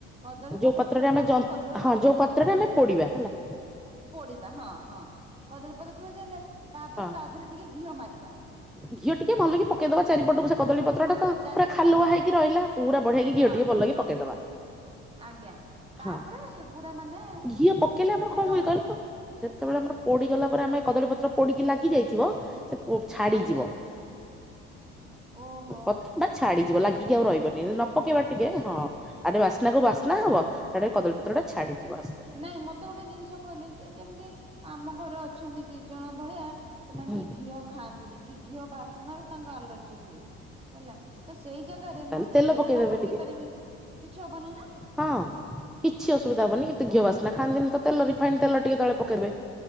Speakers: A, on the right; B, in the centre.
A: କଦଳୀ
B: ଯୋଉ
A: ପତ୍ର
B: ପତ୍ରରେ
A: ଥୋଇଲା
B: ଆମେ
A: ପରେ
B: ଜନ୍ତ
A: ପତ୍ରରେ
B: ହଁ ଯୋଉ
A: ଘି
B: ପାତ୍ରରେ ଆମେ ପୋଡିବା। ହେଲା
A: ପୋଡିବା ହଁ ହଁ କଦଳୀ ପତ୍ର ଥୋଇଦେଲେ ତାପରେ
B: ହଁ
A: ତା ଦେହରେ ଟିକେ ଘିଅ ମାରିବା।
B: ଘିଅ ଟିକେ ଭଲ କି ପେଇଦବା ଚାରିପଟକୁ। କଦଳୀ ପତ୍ରଟା
A: କଣ କହନ୍ତି
B: ତ
A: ଚାରିପଟେ
B: ପୁରା ଖାଲୁଆହେଇକି
A: ହଁ
B: ରହିଲା। ପୁରା ବଢିଆକି
A: ହଁ
B: ଘିଅ ଟିକେ
A: ହଁ
B: ଭଲକି
A: ହଁ
B: ପକେଇଦବା
A: ଆଜ୍ଞା ତାପରେ
B: ହଁ
A: ପୁରା ମାନେ
B: ଘିଅ ପକେଇଲେ ଆମର
A: ଯୋଉ
B: କଣ
A: ଜ
B: ହୁଏ କହିଲ ଯେତେବେଳେ
A: ହଁ
B: ଆମର ପୋଡିଗଲା ପରେ ଆମେ କଦଳୀ ପତ୍ର ପୋଡିକି ଲାଗି ଯାଇଥିବ ସେ ଛାଡିଯିବ।
A: ଆଜ୍ଞା ଓହୋ
B: ପତ୍ରଟା
A: ହୋ ହୋ
B: ଛାଡିଯିବ ଲାଗିକି ଆଉ ରହିବନି ନ ପକେଇବା ଟିକେ ହଁ ଆରେ ବାସ୍ନା କୁ ବାସ୍ନା ହବ ସେଆଡେ କଦଳୀ ପତ୍ରଟା ଛାଡିଯିବ। ଆସ୍ତେ
A: ନାଇଁ ମତେ ଗୋଟେ ଜିନିଷ କହିଲେ ଯେ ଯେମିତି ଆମ ଘରେ ଅଛନ୍ତି ଦି ଜଣ ଭଳିଆ। ସେମାନେ
B: ହୁଁ
A: ଟିକେ ଘିଅ ଖାଆନ୍ତିନି କି ଘିଅ ବାସ୍ନ ରୁ ତାଙ୍କର ଆଲର୍ଜି ହୁଏ। ହେଲା ତ ସେଇ ଜାଗାରେ
B: ତାହେଲେ
A: ମୁଁ ଯଦି ତେଲ
B: ପକେଇଦେବେ
A: ପକେଇ
B: ଟିକେ
A: ପାରିବି କିଛି ହବନି ନା?
B: ହଁ କିଛି ଅସୁବିଧା ହବନି। କିନ୍ତୁ
A: ଓକେ
B: ଘିଅ ବାସିନା ଖାନ୍ତିିନି ତେଲ ରିଫାଇନ୍ ତେଲ ଟିକେ ତଳେ ପକେଇବେ।